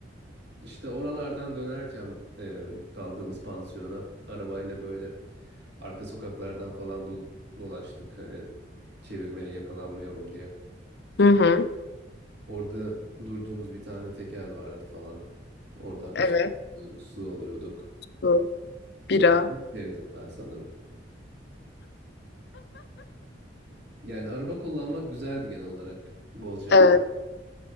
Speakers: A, on the right (about 60°); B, on the left (about 60°).
A: İşte oralardan dönerken e, kaldığımız pansiyona arabayla böyle arka sokaklardan falan do- dolaştık hani çevirmeye yakalanmayalım diye.
B: Hı hı.
A: Orada durduğumuz bir tane tekel vardı falan. Oradan
B: Evet
A: bir şey alıyorduk, su alıyorduk.
B: bu
A: O
B: bira.
A: kısmını sevdim ben sanırım. Yani araba kullanmak güzeldi genel olarak Bozcaada'da.
B: Evet.